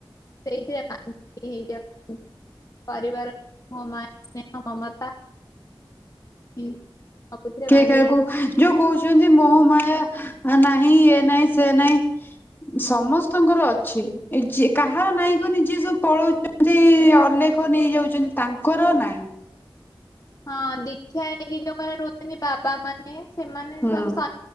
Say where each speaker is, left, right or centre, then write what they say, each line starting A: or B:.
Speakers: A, on the left (about 40°); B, on the left (about 20°).
A: ସେଇଥିରେ ବାନ୍ତି ହେଇଯାଉ। ପରିବାର ସ୍ନେହଁ ମମତା <unintelligible>
B: କିଏ
A: ବାନ୍ଧି
B: କାହାକୁ
A: ଯାଉ
B: ଯୋଉ କହୁଛନ୍ତି ମୋହମାୟା ନାହିଁ ଏ ନାହିଁ ସେ ନାହିଁ। ସମସ୍ତଙ୍କର ଅଛି ଯ କାହାର ନାଇଁ କନି ଯିଏ ସବୁ ପଳଉଛି। ଯେମିତି ଅଲେଖ ନେଇଯାଉଚ଼ନ୍ତି ତାଙ୍କର ନାଇଁ
A: ହଁ ଦୀକ୍ଷା ହେକି ଯୋଉମାନେ ରହୁଛନ୍ତି ବାବା ମାନେ ସେମାନେ
B: ହୁଁ।
A: ସବୁ ସ